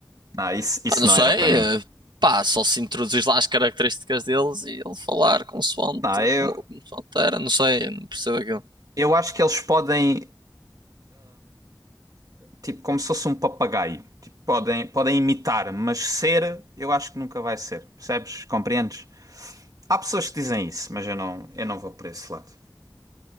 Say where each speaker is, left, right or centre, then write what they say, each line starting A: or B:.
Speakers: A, on the right; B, on the right.
A: Não, isso, isso
B: Pá, não
A: não
B: sei,
A: era para mim.
B: eh, pá, só se introduzir lá as características deles e ele falar consoante,
A: Não, eu,
B: como, consoante era, não sei, não percebo aquilo.
A: eu acho que eles podem, tipo, como se fosse um papagaio. Tipo, podem, podem imitar, mas ser, eu acho que nunca vai ser. Percebes? Compreendes? Há pessoas que dizem isso, mas eu não, eu não vou por esse lado.